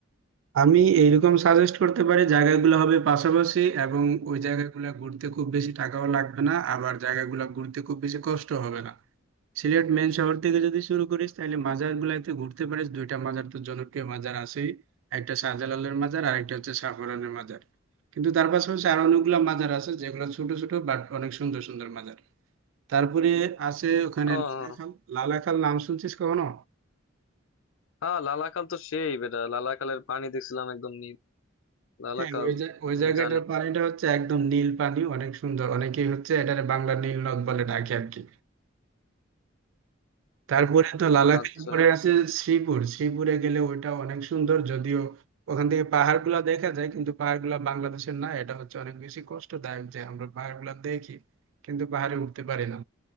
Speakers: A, on the right; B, on the left.
A: আমি এইরকম সাজেস্ট করতে পারি জায়গাগুলো হবে পাশাপাশি এবং ওই জায়গাগুলো ঘুরতে খুব বেশি টাকাও লাগবে না আবার জায়গাগুলো ঘুরতে খুব বেশি কষ্ট হবে না সিলেট মেন শহর থেকে যদি শুরু করিস তাহলে মাজার গুলাইতে ঘুরতে পারিস দুইটা মাজার তো জনপ্রিয় মাজার আছেই একটা শাহজালালের মাজার আর একটা হচ্ছে সাফরানের মাজার কিন্তু তার পাশাপাশি আরো অনেকগুলো মাজার আছে যেগুলো ছোট ছোট বাট অনেক সুন্দর সুন্দর মাজার তারপরে আছে ওখানে
B: ও
A: লালাখাল
B: হ্যাঁ হ্যাঁ।
A: লালাখাল নাম শুনছিস কখনো
B: হ্যাঁ, লালাকাল তো সেই বেটা লালাকালের পানি দেখছিলাম একদম নীল লালাকাল
A: হ্যাঁ ওই জা- ওই
B: হুম,
A: জায়গাটার
B: জানি
A: পানিটা হচ্ছে একদম নীল পানি অনেক সুন্দর অনেকেই হচ্ছে এটারে বাংলার নীল নদ বলে ডাকে আর কি তারপরে তো লালাখাই
B: আচ্ছা
A: পরে আছে শ্রীপুর শ্রীপুরে গেলে ওইটা অনেক সুন্দর যদিও ওখান থেকে পাহাড়গুলা দেখা যায় কিন্তু পাহাড়গুলা বাংলাদেশের না এটা হচ্ছে অনেক বেশি কষ্টদায়ক যে আমরা পাহাড়গুলা দেখি কিন্তু পাহাড়ে উঠতে পারি না